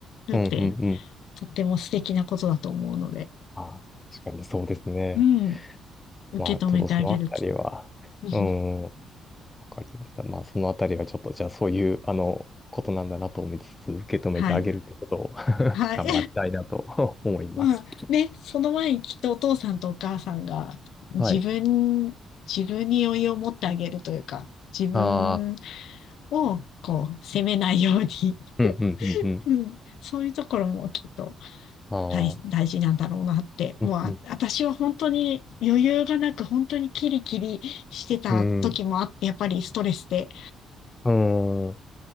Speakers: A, on the left; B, on the left.
A: るって、
B: うん、うん、うん。
A: とっても素敵なことだと思うので、
B: ああ、確かにそうですね。
A: うん、受け止めてあげると。
B: まあ、ちょっとそのあたりは、
A: <laughs>
B: うん、わかりました。まあ、そのあたりはちょっと、じゃあそういう、あの、ことなんだなと思いつつ、受け止めてあげるってことを
A: はい。
B: <laughs>
A: はい。
B: 頑張りたいなと <laughs> 思います。
A: まあね、その前にきっとお父さんとお母さんが自分、
B: はい。
A: 自分に余裕を持ってあげるというか、自分
B: ああ、
A: をこう責めないように、
B: うん、うん、うん、
A: <laughs>
B: うん。
A: うん、そういうところもきっと
B: ああ、
A: 大、大事なんだろうなって、
B: うん、
A: もうあ、
B: うん、
A: 私は本当に余裕がなく本当にキリキリしてた時もあって、
B: うん、
A: やっぱりストレスで、
B: うん。